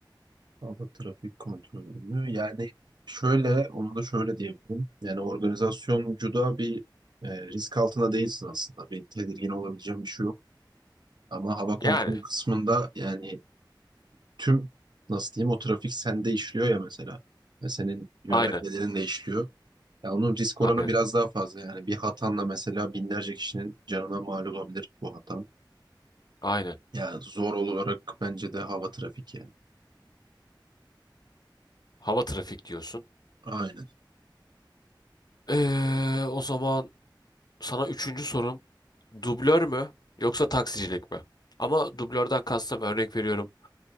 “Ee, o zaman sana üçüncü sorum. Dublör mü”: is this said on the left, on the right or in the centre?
Left